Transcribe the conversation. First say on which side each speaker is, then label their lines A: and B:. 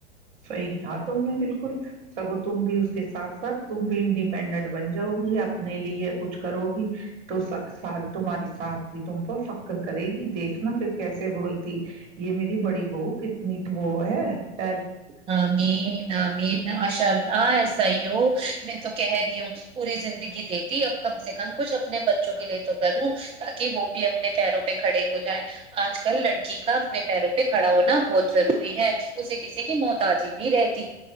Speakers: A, on the right; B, on the right.
A: صحیح کیا تم نے بالکل سگو تم بھی اس کے ساتھ ساتھ تم بھی انڈیپینڈنٹ بن جاؤ گی اپنے لیے کچھ کرو گی تو ساری تمہاری ساتھ بھی تم پر فخر کرے گی دیکھنا پھر کیسے بولتی یہ میری بڑی بہوک اتنی وہ <unintelligible> وہ <unintelligible>
B: ہاں مین مین اشاء ہ سی ہو میں تو کہہ رہی ہوں پوری زندگی دیتی اب کم سے کم کچھ اپنے بچوں کے لیے تو کروں تاکہ وہ بھی اپنے پیروں پہ کھڑے ہو جائے آج کل لڑکی کا اپنے پیروں پہ کھڑا ہونا بہت ضروری ہے اس کسی کی موحتاجی نہیں رہتی